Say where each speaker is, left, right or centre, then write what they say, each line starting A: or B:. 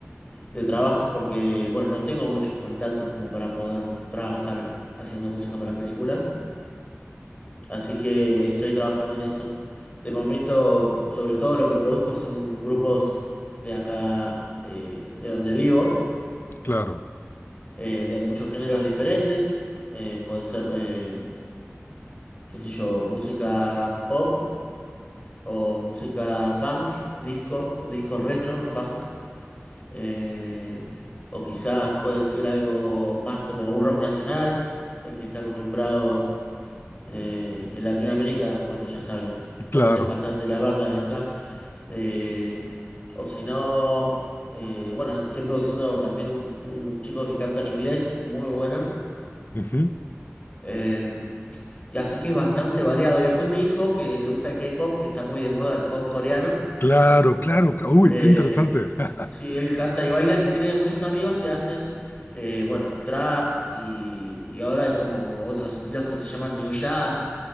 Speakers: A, on the left; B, on the left.
A: de trabajo porque, bueno, no tengo muchos contactos como para poder trabajar haciendo música para películas, así que estoy trabajando en eso. De momento, sobre todo lo que produzco son grupos de acá, eh, de donde vivo,
B: Claro,
A: eh, de muchos géneros diferentes. eh, puede ser, eh, qué sé yo, música pop o música funk, disco, disco retro, funk. eh, o quizás puede ser algo más como un rock nacional, el que está acostumbrado eh, en Latinoamérica, bueno, ya saben, conocen
B: claro.
A: bastante las bandas de acá, eh, o si no, eh, bueno, estoy produciendo también un, un chico que canta en inglés, muy bueno.
B: Ujú.
A: eh, y así que es bastante variado. Y después mi hijo, que le gusta el K-pop, que está muy de moda el pop coreano.
B: Claro, claro. ca- Uy,
A: Eh,
B: qué interesante. <laughs>
A: sí, él canta y baila y tiene muchos amigos que hacen, eh, bueno, trap y, y ahora hay como otros estilos que se llaman new jazz